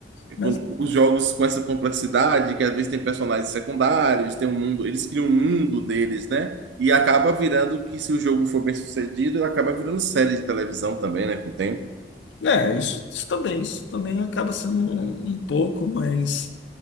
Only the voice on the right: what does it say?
com- os jogos com essa complexidade, que às vezes tem personagens secundários, tem um mundo, eles criam um mundo deles, né? E acaba virando que se o jogo for bem sucedido, acaba virando série de televisão também, né? Com o tempo.